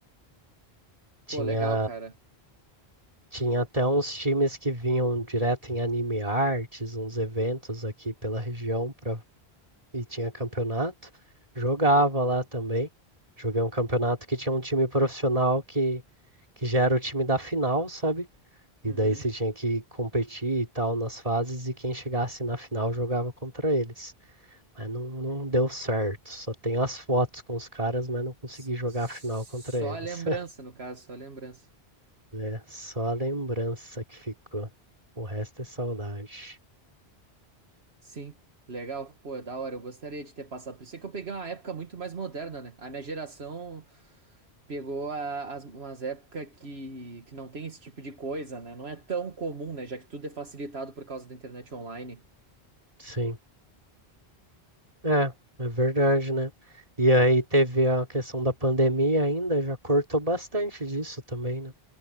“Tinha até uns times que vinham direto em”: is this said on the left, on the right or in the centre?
Right